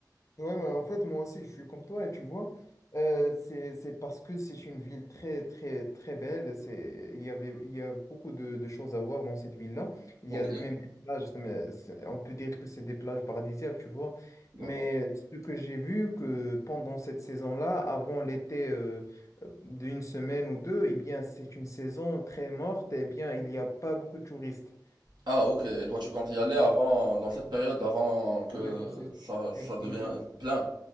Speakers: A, on the left; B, on the right.
A: Ouais, mais en fait, moi aussi, je suis comme toi, et tu vois, euh, c'est, c'est parce que c'est une ville très, très, très belle. C'est, il y avait, il y a beaucoup de, de choses à voir dans cette ville-là. Il
B: Ok,
A: y a même des plages, mais c'est- on peut dire que c'est des plages paradisiaques, tu vois.
B: d'accord.
A: Mais ce que j'ai vu, que pendant cette saison-là, avant l'été euh, euh, d'une semaine ou deux, eh bien, c'est une saison très morte, et bien, il n'y a pas beaucoup de touristes.
B: Ah, ok. Et toi tu comptes y aller avant, dans cette période, avant que
A: Ouais, c'est-
B: ça, ça
A: exact.
B: devienne plein.